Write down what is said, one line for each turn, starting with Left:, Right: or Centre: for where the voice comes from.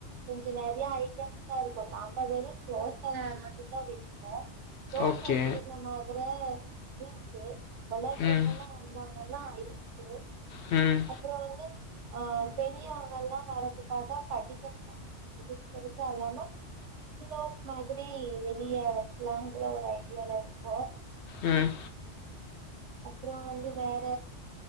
Right: கொஞ்சோ நெறைய ஐட்டம்ஸ்சா இருக்கு நம்ம வெறு தோச மட்டு தா விக்குறோ தோச
Left: ஓகே
Right: ஜீர்ணமாகுற ஜூஸு கொழந்தைங்கெல்லா
Left: ம்
Right: வந்தாங்கன்னா ஐஸு
Left: ம்
Right: அப்றோ வந்து அ பெரியவங்க எல்லா வரத்துக்காக படிக்கட்லா கொஞ்ச பெருசு பெருசா இல்லாமா சுலோப் மாதிரி வெளிய வைக்கலாங்கல ஒரு ஐடியால இருக்கோ
Left: ம்
Right: அப்றோ வந்து வேற